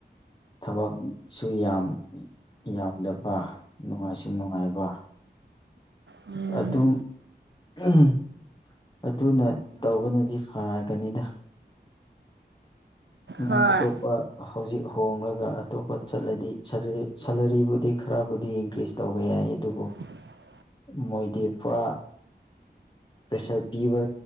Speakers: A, on the left; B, on the right.
A: ꯊꯕꯛ ꯁ ꯌꯥꯝ ꯌꯥꯝꯗꯕ ꯅꯨꯡꯉꯥꯏꯁꯨ ꯅꯨꯡꯉꯥꯏꯕ
B: ꯎꯝ
A: ꯑꯗꯨꯝ <unintelligible> ꯑꯗꯨꯅ ꯇꯧꯕꯅꯗꯤ ꯐꯒꯅꯤꯗ
B: ꯍꯣꯏ
A: ꯑ ꯑꯇꯣꯞꯄ ꯍꯧꯖꯤꯛ ꯍꯣꯉꯒ ꯑꯇꯣꯞꯄ ꯆꯠꯂꯗꯤ ꯁꯦꯂꯔꯤꯕꯨꯗꯤ ꯈꯔꯕꯨꯗꯤ ꯏꯟꯀ꯭ꯔꯤꯖ ꯇꯧꯕ ꯌꯥꯏ ꯑꯗꯨꯕꯨ
B: <inaudible>
A: ꯃꯣꯏꯗꯤꯄꯨꯔꯥ ꯄ꯭ꯔꯦꯁꯔ ꯄꯤꯕ